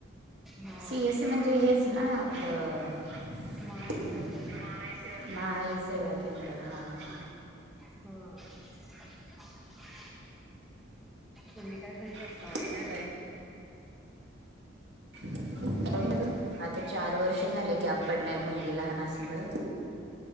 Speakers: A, in the centre; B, on the right (about 60°).
A: हा
B: सीएस म्हणजे हेच ना आपलं महा
A: माय सेवा केंद्र
B: ह सेवा केंद्र हा हा
A: हा तुम्ही काय घरीच असता
B: तुम्ही
A: वाटत
B: काय <inaudible> अधून मधून आता चार वर्ष झाले गॅप पडलाय, मुलगी लहान असे मुळ.